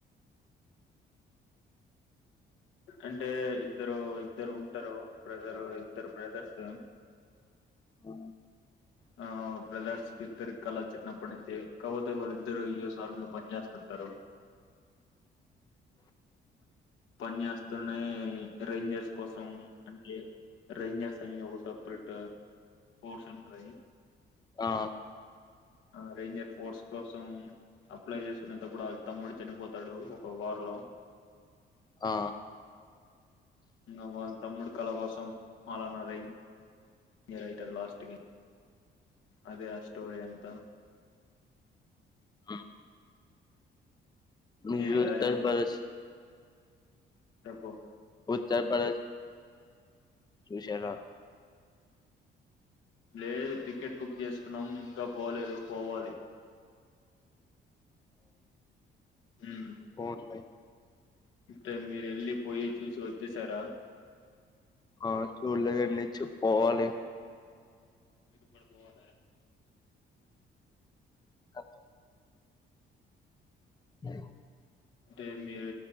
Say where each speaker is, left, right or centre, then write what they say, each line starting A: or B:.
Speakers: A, on the left (about 80°); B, on the left (about 20°).
A: అంటే.. ఇద్దరు, ఇద్దరు ఉంటరు. బ్రదరు ఇద్దరు బ్రదర్స్....
B: ఉ....
A: ఆ.. బ్రదర్స్ కి ఇద్దరి కళ చిన్నప్పటి నుంచి కాబోతే వాళ్ళిద్దరు ఇఎస్ సార్ ఇంట్లో పని చేేస్తుంటారు. పన్. చస్తే నే రేంజర్స్ కోసం... అంటే.... రేంజర్స్ అని ఒక సపరేట్... ఫోర్స్ ఉంటది..
B: ఆ.....
A: ఆ... రేంజర్ ఫోర్స్ కోసం అప్లై చేసుకునేటప్పుడు అది తమ్ముడు చనిపోతాడు ఒక వార్ లో.....
B: ఆ.....
A: ఇంగ వాళ్ళ తమ్ముడు కళ కోసం మాలన రేంజ్.. ఎ రైటరు లాస్ట్ గే.... అదే.. ఆ స్టోరీ ఎంత.....
B: అ...... నిఉత్తర్
A: మీరు ఇలా
B: పరదేశ్
A: చెప్పు.....
B: ఉత్తర్ ప్రదేశ్ చూశారా......
A: లేదు టికెట్ బుక్ చేసుకున్నాం ఇంకా పోలేదు పోవాలి ఉమ్
B: కోన్ వై
A: అంటే మీరు వెళ్ళి పోయి చూసి వచ్చేసారా
B: ఆ చూడలేదండి చూ పోవాలి
A: మీరు కూడా పోవాలా
B: ఓక ఆ
A: అంటే మీరు